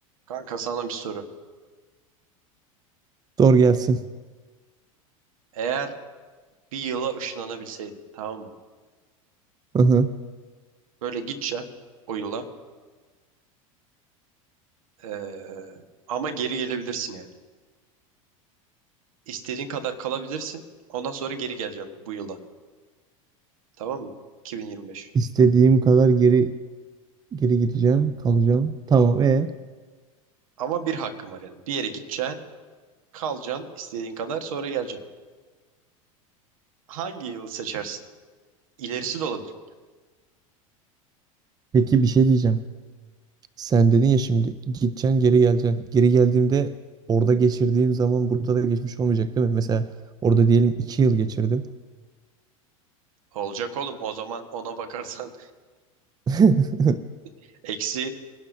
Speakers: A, on the right; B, on the right.
A: Kanka sana bir soru.
B: Doğru gelsin.
A: Eğer bir yıla ışınlanabilseydin tamam mı?
B: Aha.
A: Böyle gideceksin o yıla. ee, ama geri gelebilirsin yani. İstediğin kadar kalabilirsin. Ondan sonra geri geleceğim bu yıla. Tamam mı? 2025.
B: İstediğim kadar geri geri gideceğim, kalacağım. Tamam e.
A: Ama bir hakkın var yani. Bir yere gideceksin, kalacaksın istediğin kadar sonra geleceksin. Hangi yılı seçersin? İlerisi de olabilir.
B: Peki bir şey diyeceğim. Sen dedin ya şimdi gideceksin, geri geleceksin. Geri geldiğimde orada geçirdiğim zaman burada da geçmiş olmayacak değil mi? Mesela orada diyelim iki yıl geçirdim.
A: Olacak oğlum. O zaman ona bakarsan
B: <laughs>
A: <laughs> eksi